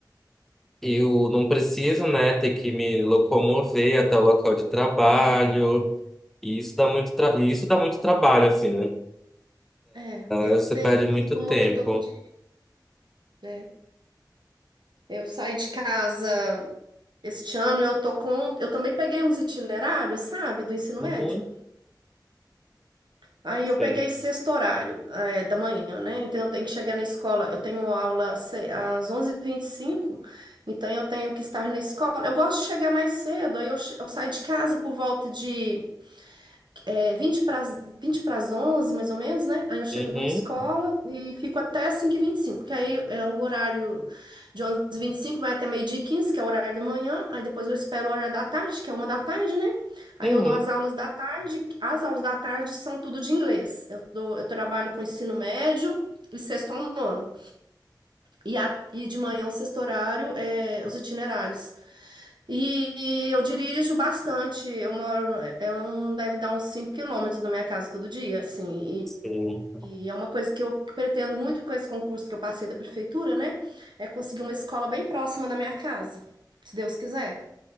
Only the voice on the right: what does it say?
É,
é. Eu
tenho
que me
locomover
todo dia. É. Eu saí de casa este ano, eu tô com, eu também peguei uns itinerários, sabe, do ensino
médio. Aí
eu peguei sexto horário, eh, da manhã, né? Então eu tenho que chegar na escola. Eu tenho aula se- às onze e vinte e cinco então eu tenho que estar na escola. Eu gosto de chegar mais cedo, aí eu, che- eu saio de casa por volta de É 20 para, as- 20 para as 11 mais ou menos, né? Aí eu chego
na escola e fico até cinco e vinte e cinco que aí é o horário de onze e vinte e cinco vai até meio-dia e 15, que é o horário da manhã. Aí depois eu espero o horário da tarde, que é uma da tarde, né? Aí
eu dou as aulas da tarde. As aulas da tarde são tudo de inglês. Eu dou, eu trabalho com ensino médio e sexto ao nono. E, a, e de manhã o sexto horário é os itinerários. E, e eu dirijo bastante. Eu moro, no- eu não deve dar uns 5 quilômetros da minha casa todo dia, assim.
E, e é uma coisa que eu pretendo muito com esse concurso que eu passei da prefeitura, né? É conseguir uma escola bem próxima da minha casa, se Deus quiser.